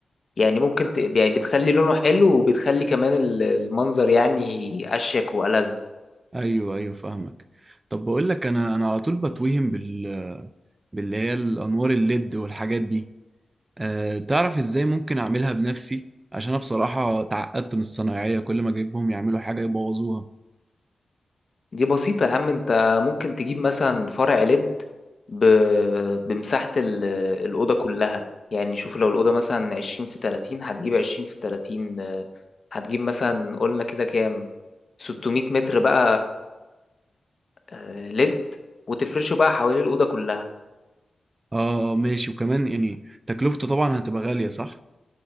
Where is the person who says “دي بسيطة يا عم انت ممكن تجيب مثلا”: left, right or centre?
Left